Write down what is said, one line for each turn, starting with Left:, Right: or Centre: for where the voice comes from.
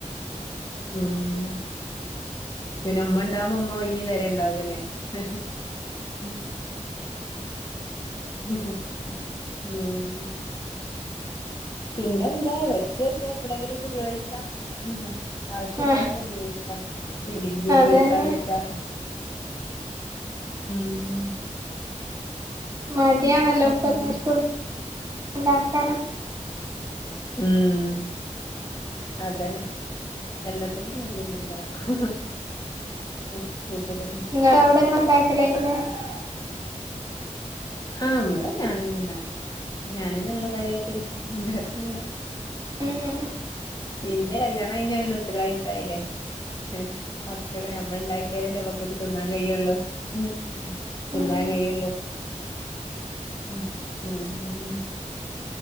Left: ഊം പിന്നമ്മ ണ്ടാവുമ്പം മ്മ ഒയിഞ്ഞ് തെരണ്ടാവൂലല്ലേ? ഹ് ഹ് <unintelligible> ഉം പിന്നെന്താ പടിച്ച് വെച്ചാ എപ്പളങ്കി ലൊക്കെ പയോഗിക്കാ ഹ ഹ ആവശ്യണ്ടാകുമ്പോ
Right: ആഹ്
Left: പയോഗിക്കാ ഇല്ലെങ്കി ഉപയോഗിക്കാത
Right: അതന്നെ
Left: ക്ക അ ഊം
Right: മടിയാണല്ലോപ്പെല്ലാര്ക്കു
Left: പിന്നെ
Right: ണ്ടാക്കാനൊക്
Left: ഊം. അതെന്നെ എല്ലത്തിനും മടിഎന്നെ എല്ലാർക്കു മൊത്തത്തില്
Right: ങ്ങടെ വിടെ ങ്ങള് ണ്ടാക്കല <unintelligible>
Left: ആഹ് വടെ ഞാനെന്ന ണ്ടാക്കാ ഞാനെന്നെ ള്ളു കാര്യായിറ്റ് ണ്ടാക്കണ് ള്ളെ
Right: ഉം
Left: പിന്നെ കല്യാണയി ഞ്ഞാ പിന്നു ത്തരവായിത്തായില്ലേ ഹെ മക്കള് ഞമ്മള് ണ്ടാക്കിയാലല്ലേ മക്കക്ക് ത് ന്നാ കയ്യുള്ളു. ഹ് ത്‌ന്നാം
Right: ഉം
Left: കയുള്ളൂ ഉം ഉ ഊം